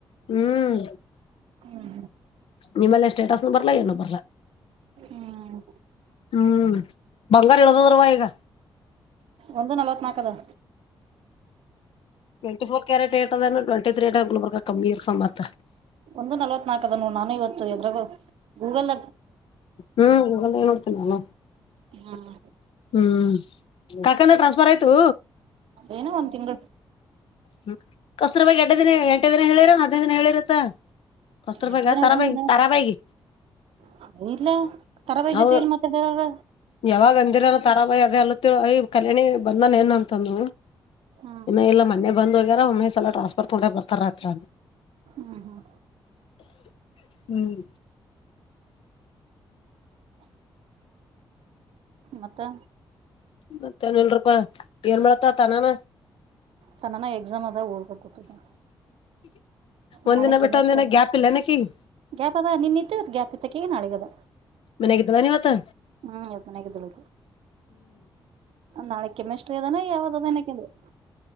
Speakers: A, on the left (about 70°); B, on the right (about 80°).
A: ಹ್ಮ್
B: ಹ್ಮ್
A: ನಿಮ್ಮಲ್ಲ ಸ್ಟೇಟಸ್ನು ಬರ್ಲ ಏನು ಬರ್ಲ
B: ಹ್ಮ್
A: ಹ್ಮ್ ಬಂಗಾರ ಹೇಳಳದದ್ರವಾ ಈಗ
B: ಒಂದು ನಲ್ವತ್ ನಾಕದು
A: ಟ್ವೆಂಟ ಫೋರ್ ಕ್ಯಾರೆಟ್ಏ ಅ ಟ್ವೆಂಟ ತ್ರೀ ಬರ್ ಕಮ್ಮಿರ್ಸ ಮತ್
B: ಒಂದು ನಲವತ್ ನಾಲ್ಕ ಅ ನಾನು ಇವತ್ತು ಎದರು ಗೂಗಲ್
A: ಹ್ಮ್ ಏ ನೋಡ್ತೀನಿ ನ
B: ಹ್ಮ್
A: ಹ್ಮ್ ಕಾಕಂದ್ರ ಟ್ರಾನ್ಸ್ಫರ್ ಆಯ್ತು
B: ಏನೋ ಒಂದ್ ತಿಂಗಳು
A: ಹ್ಮ ಕಸ್ರ ಬಗ್ ಎಂಟೇ ದಿನ ಎಂಟೇ ದಿನ ಹೇಳಿರ ದಿನ ಹೇಳಿರತ್ತಾ ಕಸ್ರ
B: ಎಂಟು
A: ಪಕ
B: ದಿನ
A: ತಾರಾಪ
B: ಹದ್ನೈದು
A: ತಾರಾ ಬಾಯಗೆ
B: ದಿನ ಇಲ್ಲ ತರಾಬಾಯಿ
A: ಅ
B: ಜೊತೆ ಎಲ್ಲಿ ಮಾತಾಡ್ಯಾರ
A: ಯಾವಾಗ ಅಂದಿರ ತರ ಬಯ ಅದೆೇ ಅಲ್ಲ ತಿಯ ಕಲ್ಯಾಣಿ ಬಂದನ್ ಏನ್ ಅಂತಂದ
B: ಹ್ಮ್
A: ಇನ್ನು ಇಲ್ಲ ಮೊನೆೆ ಬಂದೋಗ್ಯ ಒಮ್ಮೆಶ್ ಎಲ ಟ್ರಾನ್ಸ್ಫರ್ ತಗೊಂಡೆ ಬರ್ತಾರಯತ್ರ
B: ಹ್ಮ್ ಹ್ಮ್
A: ಹ್ಮ್
B: ಮತ್ತೆ
A: ಮತ್ತ ಏನ್ ಇಲ್ರಪಾ ಏನ್ ಮಾಡತ್ತ ತನಾನ
B: ತನ್ನನ ಎಕ್ಸಾಮ್ ಆದಾಗ ಓದಬ ಕೊತಿದ ನ
A: ಒಂದಿನ
B: ನಾಳಕ
A: ಬಿಟ್ಟ
B: ಮಷ್ಟ
A: ಒಂದಿನ ಗ್ಯಾಪ್ ಇಲ್ಲನಕಿಗ್
B: ಗ್ಯಾಪ್ ಅದ ನಿನ್ತ್ತು ಗ್ಯಾಪ್ ಇತ್ತಕಗ ನಾಡಗದ
A: ಮನೆಗೆ ಇದ್ದ ಏನ್ ಇವತ್ತು
B: ಹ್ಮ್ ಎನೇಕ ತಳ ನಾಳೆ ಕೆಮ್ಮೆಷ್ಟ್ರ ಅದಾನ ಯಾವದ ಅದನಕ ಆಕಿಡು